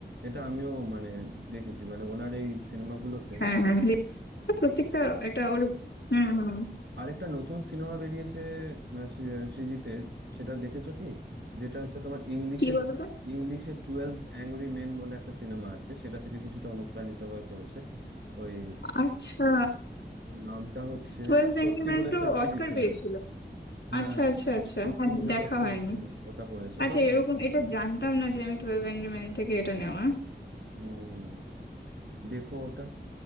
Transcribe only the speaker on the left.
হ্যাঁ হ্যাঁ লে- প্রত্যেকটা একটা ওর হুম হুম
কি বলতো
আচ্ছা
টুয়েলভ
এঙ্গরিম্যান
তো
অস্কার
পেয়েছিল
আচ্ছা আচ্ছা আচ্ছা
আর
দেখা
হয়নি
আচ্ছা
এরকম
এটা জানতাম না যে আমি টুয়েলভ এঙ্গরি ম্যান থেকে এটা নেওয়া